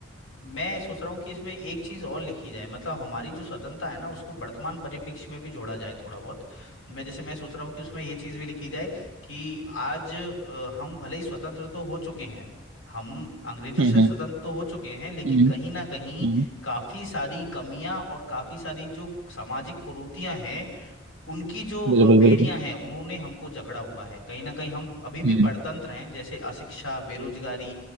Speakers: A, on the left; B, on the right.
A: मैं सोच रहा हूँ कि इसमें एक चीज़ और लिखी जाए मतलब हमारी जो स्वतंत्रता है ना उसको वर्तमान परिप्रेक्ष्य में भी जोड़ा जाए थोड़ा बहुत मैं जैसे मैं सोच रहा हूँ कि उसमें ये चीज़ भी लिखी जाए कि आज आ, हम भले ही स्वतंत्र तो हो चुके हैं हम अंग्रेजों
B: हम्म
A: से स्वतंत्र
B: हम्म
A: तो हो चुके हैं लेकिन
B: हम्म
A: कहीं ना कहीं
B: हम्म,
A: काफ़ी सारी कमियां और काफ़ी सारी जो सामाजिक कुरीतियां हैं उनकी जो अ,
B: बिल्कुल
A: बेड़ियां
B: बिल्कुल
A: हैं उन्होंने हमको जकड़ा हुआ है कहीं ना कहीं हम अभी भी
B: हम्म
A: परतंत्र हैं जैसे अशिक्षा बेरोजगारी